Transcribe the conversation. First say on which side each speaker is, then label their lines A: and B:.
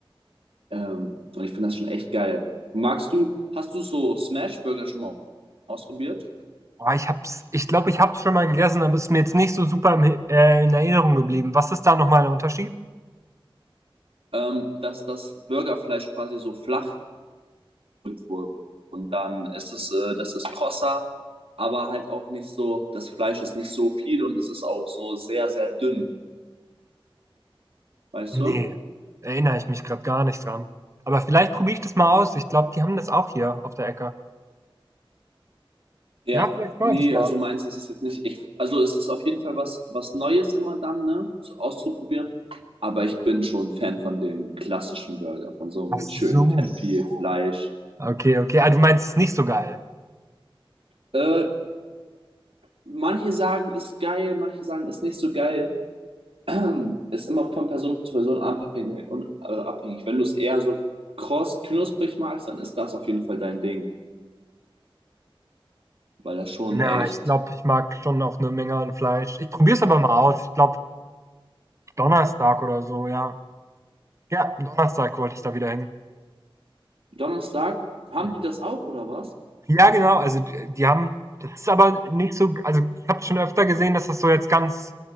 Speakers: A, on the right (about 75°); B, on the right (about 30°).
A: Ähm, und ich finde das schon echt geil. Magst du, hast du so Smash Burger schon mal ausprobiert?
B: Ah, ich hab's, ich glaube, ich hab's schon mal gegessen, aber es ist mir jetzt nicht so super im, He- äh, in Erinnerung geblieben. Was ist da nochmal der Unterschied?
A: Ähm, dass das Burgerfleisch quasi so flach gedrückt wurde. Und dann ist es, äh, das ist krosser, aber halt auch nicht so, das Fleisch ist nicht so viel und es ist auch so sehr, sehr dünn. Weißt
B: Nee,
A: du?
B: erinnere ich mich gerade gar nicht dran. Aber vielleicht probiere ich das mal aus. Ich glaube, die haben das auch hier auf der Ecke.
A: Ja,
B: Ja, vielleicht mache
A: nee,
B: ich das mal.
A: also meins ist es jetzt nicht. Ich, also es ist auf jeden Fall was, was Neues immer dann, ne, so auszuprobieren. Aber ich bin schon Fan von dem klassischen Burger, von so einem
B: Ach
A: mit
B: so.
A: schön fett viel Fleisch.
B: Okay, okay. Ah, du meinst es nicht so geil.
A: Äh, manche sagen, ist geil, manche sagen, ist nicht so geil. <clears throat> Ist immer von Person zu Person abhängig, und, äh, abhängig. Wenn du es eher so kross, knusprig magst, dann ist das auf jeden Fall dein Ding. Weil das schon
B: Na,
A: echt.
B: ich glaube, ich mag schon auch eine Menge an Fleisch. Ich probiere es aber mal aus. Ich glaube, Donnerstag oder so, ja. Ja, Donnerstag wollte ich da wieder hin.
A: Donnerstag, haben
B: Mhm.
A: die das auch oder was?
B: Ja, genau, also d die haben das ist aber nicht so also, ich habe schon öfter gesehen, dass das so jetzt ganz